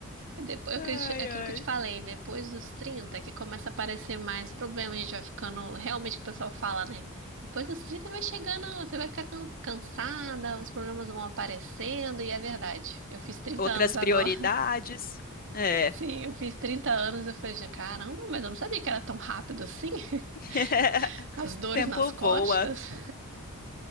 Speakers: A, on the right; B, on the left.
A: Depois,
B: Ai,
A: é o que eu te- é aquilo
B: ai.
A: que eu te falei, depois dos 30 que começa a aparecer mais problema, a gente vai ficando, realmente o que o pessoal fala, né? Depois dos 30 vai chegando, você vai ficar can- cansada, os problemas vão aparecendo, e é verdade. Eu fiz 30
B: Outras
A: anos agora.
B: prioridades.
A: <laughs>
B: É.
A: Sim, eu fiz 30 anos, eu falei, "Já, caramba, mas eu não sabia que era tão rápido assim. <laughs>
B: <laughs>
A: As dores
B: Tempo
A: nas costas.
B: voa.